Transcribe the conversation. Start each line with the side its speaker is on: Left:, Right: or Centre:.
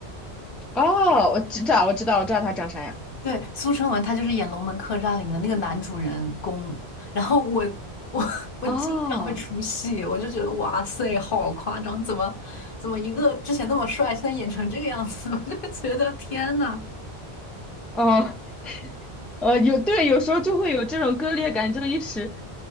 Centre: 哦，我知道，我知道，我知道他长啥样。
Left: 对，苏春文他就是演《龙门客栈》里面的那个男主人公，然后我我 <laughs> 我经常会出戏，
Centre: 哦，
Left: 我就觉得哇塞，好夸张，怎么怎么一个之前那么帅，现在演成这个样子，<laughs> 我就觉得天呐，
Centre: 哦，呃，有，对，有时候就会有这种割裂感，就一时